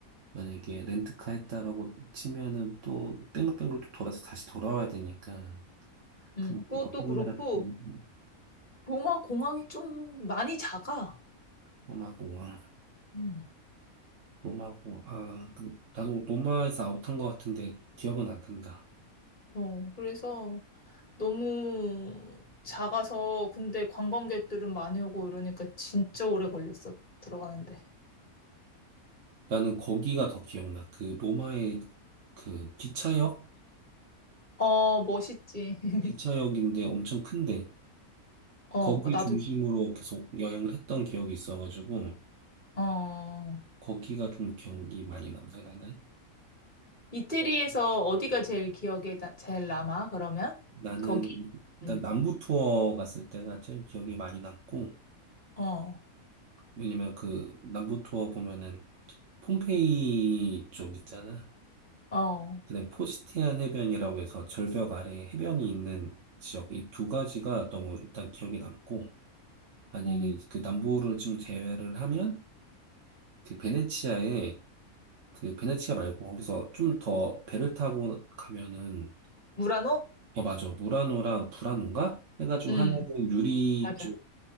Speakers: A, on the right; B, on the left.
A: 만약에 렌트카 했다라고 치면은 또 뺑글뺑글 또 돌아서 다시 돌아와야 되니까
B: 응,
A: 그럼 뭐
B: 그것도
A: 어떤
B: 그렇고
A: 나라 음,
B: 로마 공항이 좀 많이 작아.
A: 로마고 와.
B: 응.
A: 로마고 아 그, 나도 로마에서 아웃한 것 같은데 기억은 안 난다
B: 어, 그래서 너무 작아서 근데 관광객들은 많이 오고 이러니까 진짜 오래 걸렸어 들어가는데.
A: 나는 거기가 더 기억나 그 로마의 그 기차역
B: 어, 멋있지. <laughs>
A: 기차역인데 엄청 큰데
B: 어,
A: 거기
B: 나도
A: 중심으로
B: 기-
A: 계속 여행을 했던 기억이 있어가지고
B: 어.
A: 거기가 좀 기억이 많이 남네 나는
B: 이태리에서 어디가 제일 기억에 나- 제일 남아? 그러면
A: 나는
B: 거기?
A: 일단
B: 응.
A: 남부 투어 갔을 때가 제일 기억이 많이 남고
B: 어.
A: 왜냐면 그 남부 투어 보면은 폼페이 쪽 있잖아.
B: 어.
A: 그다음에 포지티안 해변이라고 해서 절벽 아래 해변이 있는 지역 이 두 가지가 너무 일단 기억에 남고 만약에
B: 어,
A: 그 남부를 좀 제외를 하면 그 베네치아에 그 베네치아 말고 거기서 좀 더 배를 타고 가면은
B: 무라노?
A: 어 맞아 무라노랑 불라노인가 해가지고
B: 응,
A: 하나는 유리
B: 맞아.